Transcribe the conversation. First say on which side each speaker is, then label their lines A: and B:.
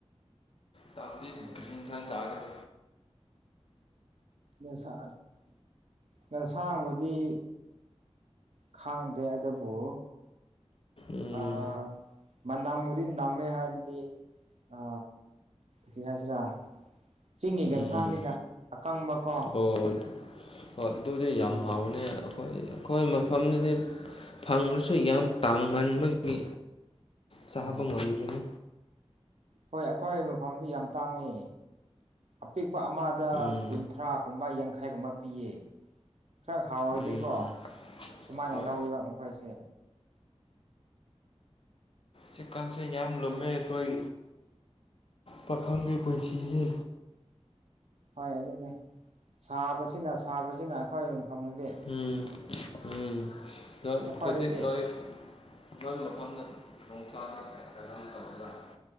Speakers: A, on the left; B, on the right.
A: ꯇꯥꯛꯄꯤ
B: ꯑꯗꯨ
A: ꯁ ꯆꯥꯒꯗ
B: ꯁ ꯌꯦꯟꯁꯥꯡꯕꯨꯗꯤ ꯈꯥꯡꯗꯦ ꯑꯗꯨꯕꯨ
A: ꯎꯝ
B: ꯑ ꯃ ꯅꯝꯔꯤ ꯅꯝꯃꯦ ꯍꯥꯏꯗꯤ ꯑ ꯀꯩ ꯍꯥꯏꯁꯤꯔꯥ ꯆꯤꯡꯒꯤ ꯒꯟꯁꯥꯡꯅꯤꯗ
A: ꯎꯝ
B: ꯑꯀꯪꯕ ꯀꯣ
A: ꯑꯣ ꯍ ꯑꯗꯨꯗꯤ ꯌꯥꯝ
B: ꯑꯗꯨ
A: ꯍꯥꯎꯅꯦ ꯑꯩꯈꯣꯏ ꯑꯩꯈꯣꯏ ꯃꯐꯝꯗꯨꯗꯤ ꯐꯪꯁꯨ ꯌꯥꯝ ꯇꯥꯡꯃꯟꯕꯒꯤ ꯆꯥꯕ
B: ꯑꯣ
A: ꯉꯝꯗ꯭ꯔꯦ
B: ꯍꯣꯏ ꯑꯩꯈꯣꯏ ꯃꯐꯝꯁꯤ ꯌꯥꯝ ꯇꯥꯡꯉꯤ ꯑꯄꯤꯛꯄ ꯑꯃ ꯗ
A: ꯎꯝ
B: ꯀꯨꯟꯊ꯭ꯔꯥꯒꯨꯝꯕ ꯌꯥꯡꯈꯩꯒꯨꯝꯕ ꯄꯤꯌꯦ ꯈꯔ ꯍꯥꯎꯔꯗꯤꯀꯣ
A: ꯎꯝ
B: ꯁꯨꯃꯥꯏꯅ
A: ꯍꯣꯏ
B: ꯂꯧꯋꯕ ꯃꯈꯔꯁꯦ
A: ꯆꯛꯀꯥꯟꯁꯦ ꯌꯥꯝ ꯂꯨꯝꯃꯦ ꯑꯩꯈꯣꯏ ꯄꯥꯈꯪꯒꯤ ꯄꯨꯟꯁꯤꯁꯦ
B: ꯍꯣꯏ ꯑꯗꯨꯅꯦ ꯁꯥꯕꯁꯤꯅ ꯁꯥꯕꯁꯤꯅ ꯑꯩꯈꯣꯏ ꯃꯐꯝꯗꯗꯤ
A: ꯎꯝ ꯎꯝ ꯅꯣꯏ
B: ꯅꯈꯣꯏꯗꯗꯤ
A: ꯍꯧꯖꯤꯛ ꯅꯣꯏ <unintelligible> <inaudible>